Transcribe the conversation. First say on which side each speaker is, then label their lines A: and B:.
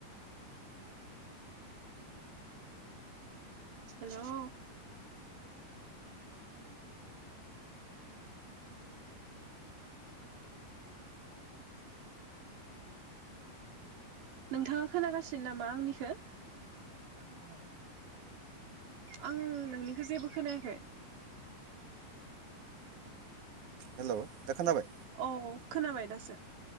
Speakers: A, on the right; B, on the right.
A: हेल' नोंथाङा खोनागासिनो नामा आंनिखो?
B: <inaudible>
A: आं नोंनिखौ जेबो खोनायाखै।
B: हेल' दा खोनाबाय?
A: औ खोनाबाय दासो।